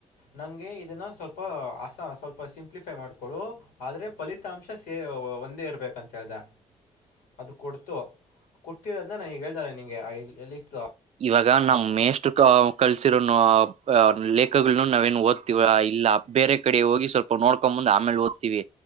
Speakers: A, on the left; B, on the right.
A: ನಂಗೆ ಇದನ್ನ ಸ್ವಲ್ಪ ಅಸ ಸ್ವಲ್ಪ ಸಿಂಪ್ಲಿಫೈ ಮಾಡ್ಕೋಡು ಆದ್ರೆ ಫಲಿತಾಂಶ ಸೇ ಒಂದೇ ಇರರ್ಬೇಕಂತ್ ಆಗ ಅದು ಕೊಡ್ತು ಕೊಟ್ಟಿರೋದನ್ನ ನನಗ ಹೇದಾನೆ ನಿಂಗೆ ಎಲ್ಲಿದ್ರೂ
B: ಇವಾಗ ನಮ್ಮ ಮೇಷ್ಟು ಕಲ್ಸಿರೋನು ಅ ಲೇಖ್ನ್ನ ಗಳನ ನಾವೇ ಏನ್ ಓದ್ತಿವ ಇಲ್ಲ ಬೇರೆ ಕಡೆ ಹೋಗಿ ಸ್ವಲ್ಪ ನೋಡ್ಕಂಬಂದ್ ಆಮೇಲೆ ಓದ್ತಿವಿ.